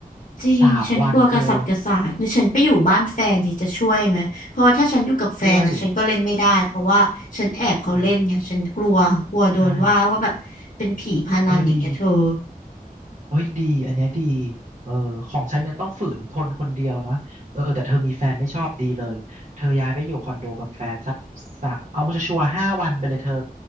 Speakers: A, on the left; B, on the right.
A: จริงฉันกลัวกระสับกระส่ายหรือฉันไปอยู่บ้านแฟนดีจะช่วยไหมเพราะว่าถ้าฉันอยู่กับแฟนนะฉันก็เล่นไม่ได้เพราะว่าฉันแอบเขาเล่นไงฉันกลัวกลัวโดนว่าว่าแบบเป็นผีพนันอย่างเงี้ยเธอ
B: สามวันเธอ ด้วยอืมใช่เออดีเอ้ยดีอันเนี้ยดีเออของฉันเนี่ยต้องฝืนทนคนเดียวนะเออแต่เธอมีแฟนไม่ชอบดีเลยเธอย้ายไปอยู่คอนโดกับแฟนสักสะเอาชัวร์ๆห้าวันไปเลยเธอ